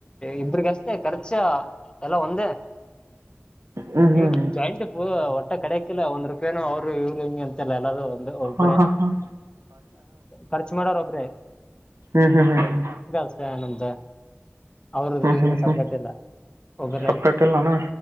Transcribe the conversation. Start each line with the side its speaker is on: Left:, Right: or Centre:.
Left: ಇಬ್ರಗಷ್ಟೇ ಖರ್ಚ ಚ ಎಲ್ಲ ಒಂದೇ
Right: ಹ್ಞೂ ಹ್ಞೂ
Left: ಇನ್
Right: ಹ್ಞೂ
Left: ಜಾಯಿಂಟ್ ಪು ಕರೆಕಿಲ್ಲ ಒಂದ್ ರೂಪಾಯಿನು ಅವರು ಇವರು ಹಿಂಗೆ ಅಂತ ಎಲ್ಲದು ಒಬ್ಬ್ರೆ
Right: ಹಾಂ ಹಾಂ ಹಾಂ
Left: ಖರ್ಚು <unintelligible> ಮಾಡೋರು ಒಬ್ರೆ
Right: ಹ್ಮ್ ಹ್ಮ್ ಹ್ಮ್ ಹ್ಮ
Left: <unintelligible> ನಮ್ದ ಅವರು ಇವರು
Right: ಹ್ಞೂ
Left: ಸಪ್ರೇಟ್
Right: ಹ್ಞೂ
Left: ಇಲ್ಲ ಒಬರೇ
Right: ಸಪ್ರೇಟ್ ಇಲ್ಲ ಅಣ್ಣ